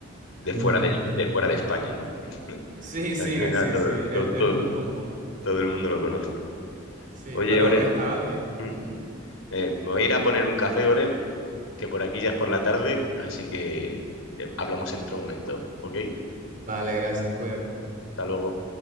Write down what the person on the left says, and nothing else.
de
fuera de, de fuera de España, ¿no? <laughs>
Al final
todo,
todo,
todo-
todo el mundo lo conoce.
Oye,
Oren,
mm,
eh, me voy a ir a poner un café, Oren, que por aquí ya es por la tarde, así que eh, hablamos en otro momento, ¿ok?
Hasta luego.